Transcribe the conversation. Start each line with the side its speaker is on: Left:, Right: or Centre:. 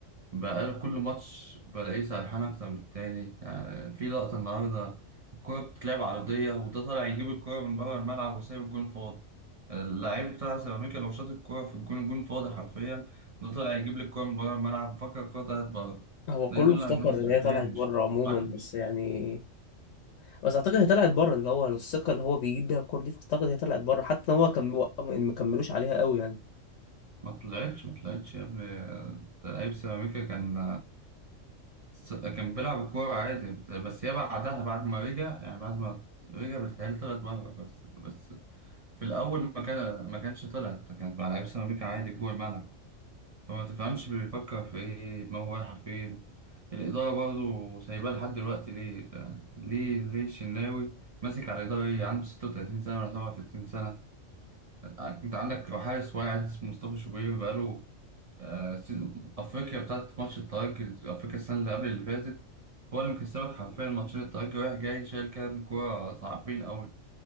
Right: بقى كل ماتش بلاقيه سرحان أكتر من التاني يعني في لقطة النهاردة الكورة بتتلعب عرضية وده طالع يجيب الكورة من بره الملعب وسايب الجون فاضي اللاعب بتاع سيراميكا لو شاط الكورة في الجون الجون فاضي حرفيا ده طالع يجيب لي الكورة من بره الملعب فكر الكورة طلعت بره
Left: هو
Right: ده
Left: كله
Right: يدل
Left: افتكر
Right: على إن هو سرحان
Left: ان هي طلعت بره
Right: مش مش
Left: عموما
Right: معاك في المية.
Left: بس يعني بس اعتقد هي طلعت بره اللي هو الثقة اللي هو بيجيب بيها الكور دي فاعتقد هي طلعت بره حتى ان هو كان بيوق- ما كملوش عليها قوي يعني
Right: ما طلعتش ما طلعتش يا ابني ده لعيب سيراميكا كان س- كان بيلعب الكورة عادي بت- بس يا بعدها بعد ما رجع يعني بعد ما رجع بتهيألي طلعت بره بس بس في الأول ما كان ما كانش طلعت كانت مع لعيبة سيراميكا عادي جوه الملعب فما تفهمش بيفكر في إيه دماغه رايحة فين الإدارة برضه سايباه لحد دلوقتي ليه يعني ليه ليه الشناوي ماسك على الإدارة إيه عنده 36 سنة ولا 37 سنة آه، أنت عندك حارس واحد اسمه مصطفى شوبير بقاله آه، سي- أفريقيا بتاعت ماتش الترجي أفريقيا السنة اللي قبل اللي فاتت هو اللي مكسبك حرفيا ماتشين الترجي رايح جاي شايل كام كورة صعبين أوي